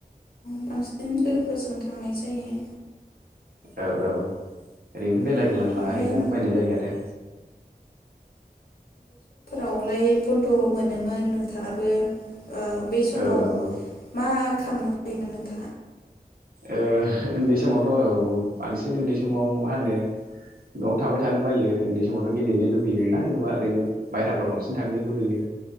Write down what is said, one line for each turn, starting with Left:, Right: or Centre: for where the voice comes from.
Left: बांसिन लोगोफोरजों थांनाय जायो
Right: औ औ ओरैनो
Left: ओमफ्राय
Right: <unintelligible> लाहैला बायनाय जायो आरो
Left: आवलाय बन्द' मोनोमोन नोंथाङाबो ओ बै समाव
Right: औ औ ओ
Left: मा खालामनो मोन नोंथाङा
Right: ओ उन्दै समावथ' औ बांसिन उन्दै समाव मा होनो न'आव थाबाय थानो बायो उन्दै समावथ' गेलेनो लुगैयोमोन ना जेनेबा ओरैनो बायहाफ्राव बांसिन थांनो लुगैयो